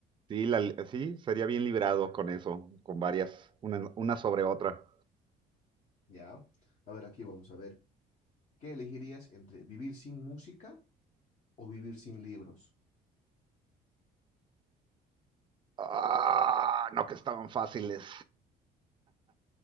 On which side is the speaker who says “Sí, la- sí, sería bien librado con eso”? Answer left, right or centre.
Right